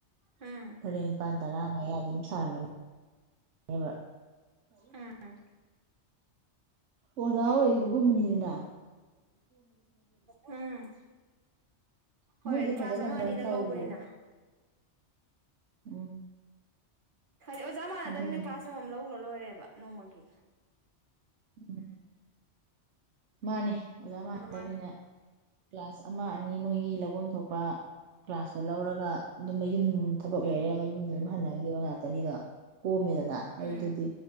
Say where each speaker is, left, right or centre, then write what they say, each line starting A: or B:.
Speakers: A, on the right; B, on the right.
A: ꯎꯝ
B: ꯇꯔꯦꯠ ꯅꯤꯄꯥꯜ ꯇꯔꯥ ꯃꯌꯥ <unintelligible> ꯊꯥꯥꯡꯒꯅꯤ ꯍꯦꯃ
A: ꯎꯝ ꯎꯝ
B: ꯑꯣꯖ ꯑꯣꯏꯌꯦ ꯀꯨꯝꯕꯅꯤꯔꯗꯥ
A: ꯎꯝ ꯍꯣꯏ
B: ꯃꯣꯏꯗꯤ
A: ꯀ꯭ꯂꯥꯁ
B: ꯐꯖꯅ
A: ꯑꯃ
B: ꯔꯟ
A: ꯑꯅꯤꯗꯪ
B: ꯇꯧꯋꯦ
A: ꯂꯧꯕꯅꯤꯅ
B: ꯎꯝ
A: ꯑꯣꯖꯥ ꯃꯥꯟꯅꯗꯕꯤꯅ
B: ꯑꯗꯨꯅꯦ
A: ꯀ꯭ꯂꯥꯁ ꯑꯃ ꯑꯃꯝ ꯂꯧꯈ꯭ꯔ ꯂꯣꯏꯔꯦꯕ ꯅꯣꯡꯃꯒꯤ
B: ꯎꯝ ꯃꯥꯅꯦ ꯑꯣꯖꯥ ꯃꯥꯟꯅꯗꯕꯤꯅ
A: ꯑꯗꯨꯃꯥꯏꯅ
B: ꯀ꯭ꯂꯥꯁ ꯑꯃ ꯑꯅꯤ ꯃꯣꯏꯒꯤ ꯂꯧꯐꯝ ꯊꯣꯛꯄ ꯂ ꯀ꯭ꯂꯥꯁꯇ ꯂꯧꯔꯒ ꯑꯗꯨꯝꯕ ꯌꯨꯝ ꯊꯕꯛ
A: ꯎꯝ
B: ꯂꯩꯔꯦ ꯃꯌꯨꯝꯗ ꯑꯗꯨꯝ ꯍꯟꯅꯈꯤꯕ ꯉꯥꯛꯇꯅꯤꯗꯣ ꯀꯣꯝꯃꯦꯗꯅ ꯑꯗꯨꯗꯨꯗꯤ
A: ꯎꯝ